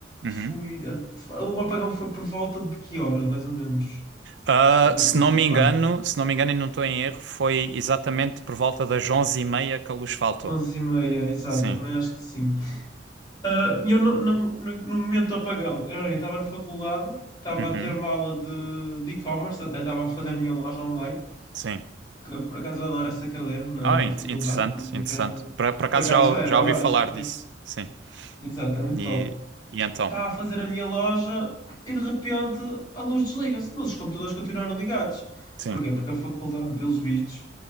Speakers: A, on the right; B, on the left.
A: Uhum.
B: fui, o apagão foi por volta de que horas, mais ou menos?
A: Ah,
B: Que é para
A: se
B: para me
A: não
B: situar.
A: me engano, se não me engano e não estou em erro, foi exatamente por volta das onze e meia que a luz faltou.
B: onze e meia exato,
A: Sim.
B: eu também acho que sim. Ah, e eu no, no, no no momento do apagão, cara, eu estava na faculdade, estava
A: Uhum.
B: a ter uma aula de, de e-commerce, até estava a fazer a minha loja online,
A: Sim.
B: que eu, por acaso eu adoro essa cadeira na,
A: Ah,
B: na
A: in-
B: faculdade,
A: interessante,
B: estamos a
A: interessante.
B: criar.
A: Por,
B: é,
A: por acaso
B: Por acaso
A: já, ou-
B: é,
A: já
B: adoro
A: ouvi falar
B: essa cadeira.
A: disso. Sim.
B: Exatamente,
A: E,
B: top.
A: e então?
B: Estava a fazer a minha loja e de repente a luz desliga-se, mas os computadores continuaram ligados.
A: Sim.
B: Porquê? Porque a faculdade, pelos vistos,